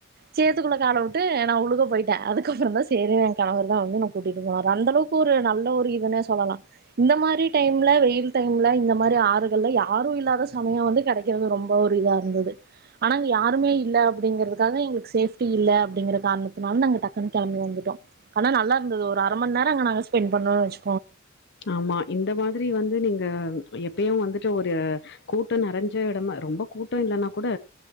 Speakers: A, on the right; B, on the left.
A: சேர்த்துக்குள்ள கால விட்டு நா உலுக போயிட்டே அதுக்கப்புறோ தா சேரி என் கணவர்தா வந்து என்ன கூட்டிட்டு போனாரு அந்தளவுக்கு ஒரு நல்ல ஒரு இதுனே சொல்லலா இந்த மாதிரி டைம் டைம்ல வெயில் டைம்ல இந்த மாரி ஆறுகள்ல யாரோ இல்லாத சமயோ வந்து கெடைக்குறது ரொம்ப ஒரு இதாயிருந்துது ஆனா அங்க யாருமே இல்ல அப்டிங்குறதுக்காக எங்களுக்கு சேப்டி இல்ல அப்டிங்குற காரணத்துனால நாங்க டக்குன்னு கெளம்பி வந்து ட்டோ ஆனா நல்லாயிருந்துது ஒரு அர மண் நேரோ அங்க நாங்க ஸ்பெண்ட் பண்ணோம்னு வெச்சு
B: ஆமா இந்த மாதிரி வந்து நீங்க எப்பயோ வந்துட்டு ஒரு கூட்டோ நெறஞ்ச எடமா ரொம்ப கூட்டோ இல்லைன்னா கூட